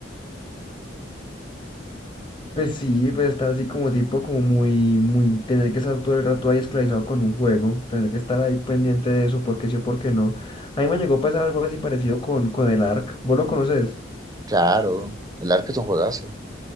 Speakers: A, on the left; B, on the right.
A: Pues sí, pues estar así como tipo, como muy, muy, tener que estar todo el rato ahí esclavizado con un juego, tener que estar ahí pendiente de eso, porque sí o porque no. A mí me llegó a pasar algo así parecido con, con el Ark. ¿Vos lo conoces?
B: Claro, el arco es un juegazo.